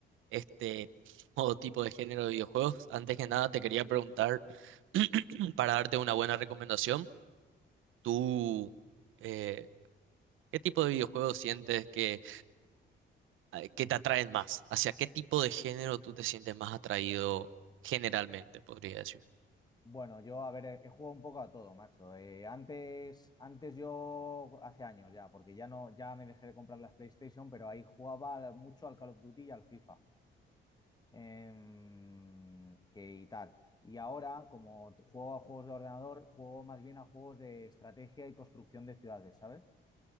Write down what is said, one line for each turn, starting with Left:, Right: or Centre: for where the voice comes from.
Right: este <laughs> todo tipo de género de videojuegos. Antes que nada te quería preguntar <clears throat> para darte una buena recomendación, ¿tú eh, qué tipo de videojuegos sientes que, a- que te atraen más? ¿Hacia qué tipo de género tú te sientes más atraído generalmente, podría decir?
Left: Bueno, yo, a ver, he, he jugado un poco a todo, macho. Eh, antes, antes yo, hace años ya, porque ya no, ya me dejé de comprar las PlayStation, pero ahí jugaba mucho al Call of Duty y al FIFA. em, que y tal. Y ahora, como t- juego a juegos de ordenador, juego más bien a juegos de estrategia y construcción de ciudades, ¿sabes?